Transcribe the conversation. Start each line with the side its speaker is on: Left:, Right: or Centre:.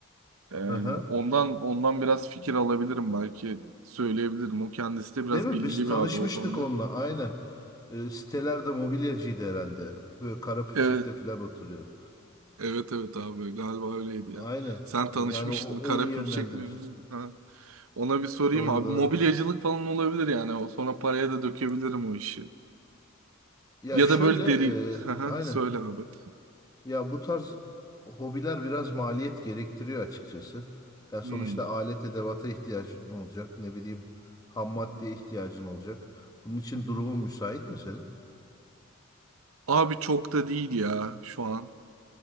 Right: E,
Left: Hı hı.
Right: ondan ondan biraz fikir alabilirim belki söyleyebilirim. O kendisi de
Left: Değil
Right: biraz
Left: mi?
Right: bilgili
Left: Biz tanışmıştık
Right: bir abi o konuda.
Left: onunla. Aynen. Ee, sitelerde mobilyacıydı herhalde. Böyle Karapürçek'te
Right: Evet.
Left: falan oturuyordu.
Right: Evet evet abi galiba öyleydi ya.
Left: Aynen.
Right: Sen tanışmıştın
Left: Yani o,
Right: Karapür
Left: o iyi yönlendirir.
Right: çekmemiştin. Ha. Ona bir sorayım
Left: Doğru
Right: abi.
Left: doğru.
Right: Mobilyacılık falan olabilir yani. O sonra paraya da dökebilirim o işi.
Left: Ya
Right: Ya
Left: şöyle
Right: da böyle deri... <laughs> Haha,
Left: e, aynen.
Right: Söyle abi.
Left: Ya bu tarz hobiler biraz maliyet gerektiriyor açıkçası. Ya
Right: Hmm.
Left: sonuçta alet edevata ihtiyacın olacak. Ne bileyim ham maddeye
Right: Hı
Left: ihtiyacın olacak. Bunun için
Right: hı.
Left: durumun müsait mi senin?
Right: Abi çok da değil ya şu an.